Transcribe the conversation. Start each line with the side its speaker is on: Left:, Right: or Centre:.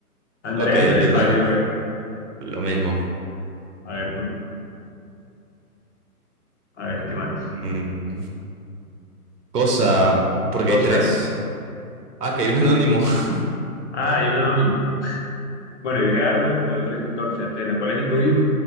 Left: Andrés,
Right: Ok,
Left: Andrés,
Right: yo
Left: válido,
Right: tengo
Left: a ver.
Right: lo mismo.
Left: A ver, ¿no? A ver, ¿qué más?
Right: Mm, cosa, porque
Left: Cosa.
Right: hay tres. Ah, que hay un anónimo. <laughs>
Left: Ah, hay un anónimo. Bueno, yo dije árbol, el otro dijo antorcha, antena. ¿Cuál es el tuyo?